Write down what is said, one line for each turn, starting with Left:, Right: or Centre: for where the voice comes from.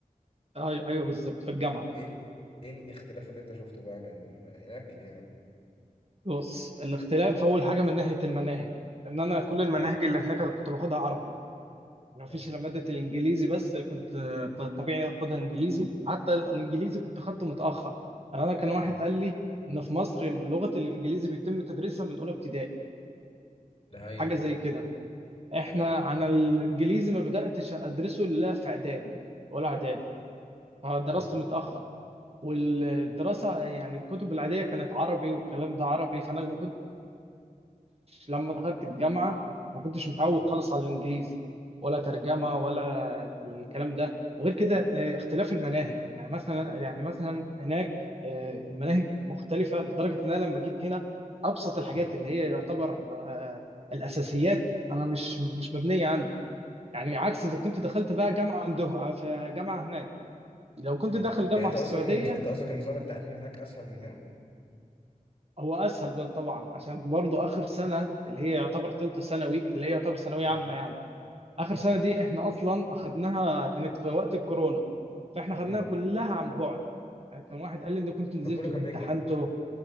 Right: ايوه ايوه بالظبط في الجامعه
Left: ايه ال... ايه الاختلاف اللي انت شفته بقى من هناك لهنا
Right: بص الاختلاف اول حاجه من ناحيه المناهج ان انا كل المناهج
Left: مم.
Right: اللي هناك انا كنت باخدها عربي انا مفيش
Left: مم.
Right: الا ماده الانجليزي بس اللي كنت ط- طبيعي اخدها انجليزي حتى الانجليزي كنت اخدته متاخر يعني انا كان واحد
Left: مم.
Right: قال لي ان في مصر لغه الانجليزي بيتم تدريسها من اولى ابتدائي
Left: ده حقيقة
Right: حاجه زي كده احنا
Left: ده حقيقة
Right: انا الانجليزي ما بداتش ادرسه الا في اعدادي ولا اعدادي فدرسته
Left: مم.
Right: متاخر والدراسه يعني الكتب العاديه كانت عربي والكلام ده عربي فانا ما كنتش لما دخلت الجامعة ما كنتش متعود
Left: مم.
Right: خالص على الإنجليزي ولا ترجمة ولا الكلام ده وغير كده آه، اختلاف المناهج يعني مثلا يعني مثلا هناك آه، المناهج مختلفة لدرجة إن أنا لما جيت هنا أبسط الحاجات
Left: مم.
Right: اللي هي يعتبر آه، الأساسيات أنا مش مش مبنية عندي يعني عكس إذا كنت
Left: مم.
Right: دخلت بقى جامعة عنده في جامعة هناك لو كنت
Left: مم.
Right: داخل جامعة
Left: يعني انت
Right: في
Left: قصدك
Right: السعودية
Left: ان انت قصدك ان نظام التعليم هناك اسهل من هنا
Right: هو اسهل بقى طبعا عشان برضو اخر سنه اللي هي يعتبر ثالثه ثانوي اللي هي يعتبر ثانويه
Left: مم.
Right: عامه يعني اخر
Left: مم.
Right: سنه دي احنا اصلا اخدناها كانت في وقت الكورونا فاحنا خدناها
Left: مم.
Right: كلها عن بعد يعني كان واحد قال لي ان كنت نزلت
Left: فكله
Right: وامتحنته
Left: كان بينجح